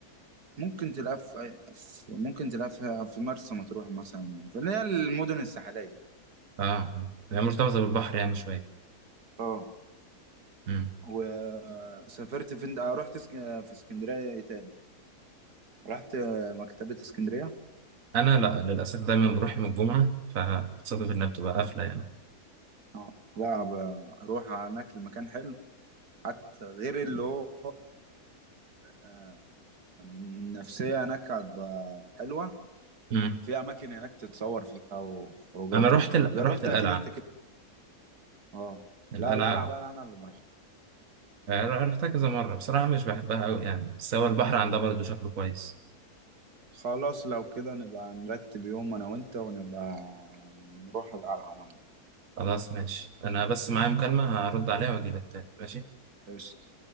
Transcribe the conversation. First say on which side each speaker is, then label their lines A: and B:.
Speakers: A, on the right (about 80°); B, on the right (about 60°).
A: ممكن تلاقيها في أي- في- ممكن تلاقيها في في مرسى مطروح مثلا في اللي هي المدن الساحلية
B: أه آه. هي مرتبطة بالبحر يعني شوية
A: اه
B: امم
A: وسافرت فين آه، رحت اسك... في اسكندرية إيه تاني رحت آه، مكتبة اسكندرية
B: أنا لأ للأسف دايما بروح يوم الجمعة فبتصادف
A: مم.
B: إنها بتبقى قافلة يعني
A: اه لا ب- اروح هناك المكان حلو حتى غير اللي هو آه، النفسية هناك عض- حلوة
B: امم
A: في أماكن هناك تتصور فيها وخروجات
B: أنا رحت
A: يعني
B: ال...
A: جربت
B: رحت القلعة
A: أكيد أنت كده اه
B: القلعة
A: لا القلعة بقى أنا اللي مروح
B: آه، رحتها كذا مرة بصراحة مش بحبها أوي يعني بس هو البحر
A: مم.
B: عندها برضه شكله كويس
A: خلاص لو كده نبقى نرتب يوم أنا وأنت ونبقى نروح القلعة أنا وأنت.
B: خلاص ماشي أنا بس معايا مكالمة هرد عليها وأجيلك تاني ماشي
A: قشطة